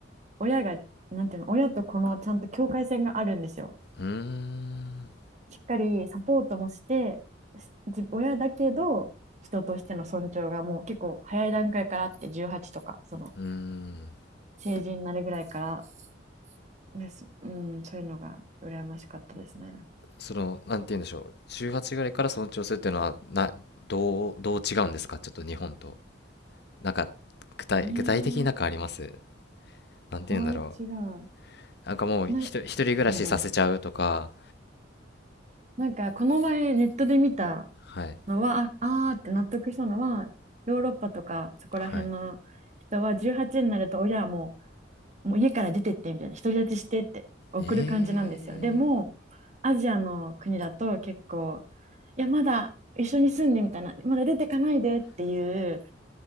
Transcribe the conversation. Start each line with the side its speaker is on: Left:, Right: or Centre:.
Right: 親が、なんていうの、親とこのちゃんと境界線があるんですよ。
Left: うーん、
Right: しっかりサポートもして、しじ親だけど、人としての尊重がもう結構早い段階からあって、18とか、その
Left: うーん、
Right: 成人になるぐらいから、ね、そうん、そういうのが羨ましかったですね。
Left: その、なんて言うんでしょう、18ぐらいからその調整っていうのは、な、どう、どう違うんですか、ちょっと日本と。なんか、具体、
Right: えー、
Left: 具体的になんかありますなんて言うんだろ
Right: どう違う。
Left: う。なんかもう、
Right: な、
Left: ひと、一人暮らしさせちゃうとか、
Right: なんやろなんか、この前ネットで見た
Left: はい、
Right: のは、あ、あーって納得したのは、ヨーロッパとかそこら辺の人は18になると親はも
Left: はい。
Right: もう家から出てってみたいな、独り立ちしてって送る感じなんですよ。
Left: ええ
Right: でも、アジアの国だと結構、いや、まだ一緒に住んでみたいな、まだ出てかないでっていう